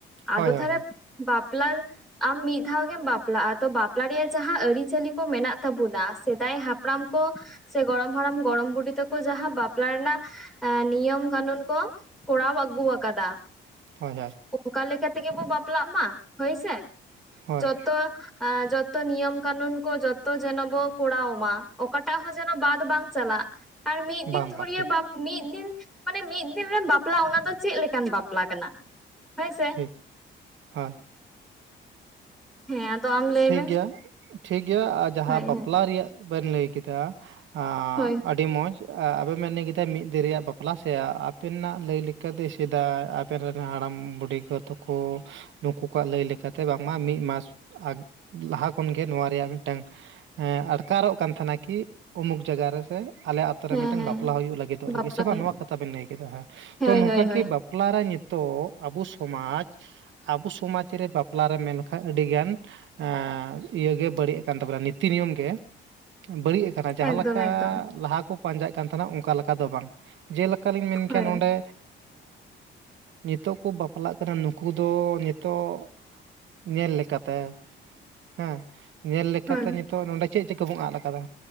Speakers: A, in the centre; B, on the right.
A: ᱟᱫᱚ
B: ᱦᱳᱭ ᱦᱳᱭ
A: ᱛᱟᱦᱚᱞᱮ
B: ᱦᱳᱭ
A: ᱵᱟᱯᱞᱟ ᱟᱢ ᱢᱤᱫ ᱫᱷᱟᱣ ᱜᱮᱢ ᱵᱟᱯᱞᱟᱜᱼᱟ ᱛᱚ ᱵᱟᱯᱞᱟ ᱨᱮᱭᱟᱜ ᱡᱟᱦᱟᱸ ᱟᱹᱨᱤᱪᱟᱹᱞᱤ ᱠᱚ ᱢᱮᱱᱟᱜ ᱛᱟᱵᱚᱱᱟ ᱥᱮᱫᱟᱭ ᱦᱟᱯᱲᱟᱢ ᱠᱚ ᱥᱮ ᱜᱚᱲᱚᱢ ᱦᱟᱲᱟᱢ ᱜᱚᱲᱚᱢ ᱵᱩᱰᱷᱤ ᱛᱟᱠᱚ ᱡᱟᱦᱟᱸ ᱵᱟᱯᱞᱟ ᱨᱮᱱᱟᱜ ᱱᱤᱭᱚᱢ ᱠᱟᱹᱱᱩᱱ ᱠᱚ ᱠᱚᱨᱟᱣ ᱟᱹᱜᱩ ᱟᱠᱟᱫᱟ
B: ᱦᱳᱭ
A: ᱚᱱᱠᱟ ᱞᱮᱠᱟ ᱛᱮᱜᱮ ᱵᱚᱱ ᱵᱟᱯᱞᱟᱜ ᱢᱟ ᱦᱳᱭᱥᱮ
B: ᱦᱳᱭ
A: ᱡᱚᱛᱚ ᱡᱚᱛᱚ ᱱᱤᱭᱚᱢ ᱠᱟᱱᱩᱱ ᱠᱚ ᱡᱚᱛᱚ ᱡᱮᱱᱚ ᱵᱚ ᱠᱚᱨᱟᱣ ᱢᱟ ᱚᱠᱟᱴᱟᱜ ᱦᱚᱸ ᱡᱮᱱᱚ ᱵᱟᱫ ᱵᱟᱝ ᱪᱟᱞᱟᱜ ᱟᱨ ᱢᱤᱫ ᱫᱤᱱ
B: ᱵᱟᱝ
A: ᱫᱷᱩᱨᱭᱟᱹ
B: ᱵᱟᱝ ᱴᱷᱤᱠ
A: ᱵᱟᱯ ᱢᱤᱫ ᱫᱤᱱ ᱢᱟᱱᱮ ᱢᱤᱫ ᱫᱤᱱ ᱨᱮᱢ ᱵᱟᱯᱞᱟ ᱚᱱᱟ ᱫᱚ ᱪᱮᱫ ᱞᱮᱠᱟᱱ ᱵᱟᱯᱞᱟ ᱠᱟᱱᱟ ᱦᱮᱸᱥᱮ
B: ᱴᱷᱤᱠ ᱦᱳᱭ
A: ᱦᱮᱸ ᱟᱢ ᱞᱟᱹᱭ
B: ᱴᱷᱤᱠᱜᱮᱭᱟ
A: ᱢᱮ
B: ᱴᱷᱤᱠᱜᱮᱭᱟ ᱟᱨ ᱡᱟᱦᱟᱸ
A: ᱦᱳᱭ
B: ᱵᱟᱯᱞᱟ
A: ᱦᱳᱭ
B: ᱨᱮᱭᱟᱜ ᱵᱮᱱ ᱞᱟᱹᱭ ᱠᱮᱫᱟ ᱟᱨ
A: ᱦᱳᱭ
B: ᱟᱹᱰᱤ ᱟᱹᱰᱤ ᱢᱚᱸᱡᱽ ᱟᱯᱮ ᱵᱮᱱ ᱞᱟᱹᱭ ᱠᱮᱫᱟ ᱢᱤᱫ ᱫᱤᱱ ᱨᱮᱭᱟᱜ ᱵᱟᱯᱞᱟ ᱥᱮ ᱟᱯᱮᱱᱟᱜ ᱞᱟᱹᱭ ᱞᱮᱠᱟᱛᱮ ᱥᱮᱫᱟᱭ ᱦᱟᱯᱮᱱ ᱨᱮᱱ ᱦᱟᱲᱟᱢ ᱵᱩᱰᱷᱤ ᱜᱚ ᱛᱟᱠᱚ ᱱᱩᱠᱩ ᱠᱚᱣᱟᱜ ᱞᱟᱹᱭ ᱞᱮᱠᱟᱛᱮ ᱵᱟᱝᱢᱟ ᱢᱤᱫ ᱢᱟᱥ ᱟᱨ ᱞᱟᱦᱟ ᱠᱷᱚᱱᱜᱮ ᱱᱚᱣᱟ ᱨᱮᱭᱟᱜ ᱢᱤᱫᱴᱟᱝ ᱦᱮᱸ ᱟᱴᱠᱟᱨᱚᱜ ᱠᱟᱱ ᱛᱟᱦᱮᱱᱟ ᱠᱤ ᱩᱢᱩᱠ ᱡᱟᱭᱜᱟ ᱨᱮᱥᱮ ᱟᱞᱮ ᱟᱛᱳ
A: ᱦᱮᱸ
B: ᱨᱮ ᱢᱤᱫᱴᱟᱝ
A: ᱦᱮᱸ
B: ᱵᱟᱯᱞᱟ ᱦᱩᱭᱩᱜ ᱞᱟᱹᱜᱤᱫᱚᱜ
A: ᱵᱟᱯᱞᱟ
B: ᱞᱟᱹᱜᱤᱫ ᱥᱮ ᱵᱟᱝ
A: ᱦᱩᱭᱩᱜ
B: ᱱᱚᱣᱟ ᱠᱟᱛᱷᱟ ᱵᱤᱱ ᱞᱟᱹᱭ ᱠᱮᱫᱟ ᱦᱮᱸ
A: ᱦᱳᱭ
B: ᱛᱚ ᱱᱚᱝᱠᱟ
A: ᱦᱳᱭ ᱦᱳᱭ
B: ᱜᱮ ᱵᱟᱯᱼᱼ ᱵᱟᱯᱞᱟᱨᱮ ᱱᱤᱛᱚᱜ ᱟᱵᱚ ᱥᱚᱢᱟᱡᱽ ᱟᱵᱚ ᱥᱚᱢᱟᱡᱽ ᱨᱮ ᱵᱟᱯᱞᱟᱨᱮ ᱢᱮᱱᱠᱷᱟᱱ ᱟᱹᱰᱤᱜᱟᱱ ᱮ ᱤᱭᱟᱹᱜᱮ ᱵᱟᱹᱲᱤᱡ ᱠᱟᱱ ᱛᱟᱵᱚᱱᱟ ᱱᱤᱛᱤ ᱱᱤᱭᱚᱢ ᱜᱮ ᱵᱟᱹᱲᱤᱡ ᱡᱟᱦᱟᱸ
A: ᱮᱠᱫᱚᱢ
B: ᱞᱮᱠᱟ
A: ᱮᱠᱫᱚᱢ
B: ᱞᱟᱦᱟ ᱠᱚ ᱯᱟᱸᱡᱟᱜ ᱠᱟᱱ ᱛᱟᱦᱮᱱᱟ ᱚᱱᱠᱟ ᱞᱮᱠᱟ ᱫᱚ ᱵᱟᱝ ᱡᱮᱞᱮᱠᱟᱞᱤᱧ ᱢᱮᱱ
A: ᱦᱳᱭ
B: ᱠᱮᱭᱟ ᱱᱚᱰᱮ ᱱᱤᱛᱚᱜ ᱠᱚ ᱵᱟᱯᱞᱟᱜ ᱠᱟᱱᱟ ᱱᱩᱠᱩ ᱫᱚ ᱱᱤᱛᱚᱜ ᱧᱮᱞ ᱞᱮᱠᱟᱛᱮ ᱦᱮᱸ ᱧᱮᱞ ᱞᱮᱠᱟᱛᱮ
A: ᱦᱳᱭ
B: ᱛᱚ ᱱᱚᱰᱮ ᱪᱮᱫ ᱪᱤᱠᱟᱹ ᱵᱚᱱ ᱟᱫ ᱠᱟᱫᱟ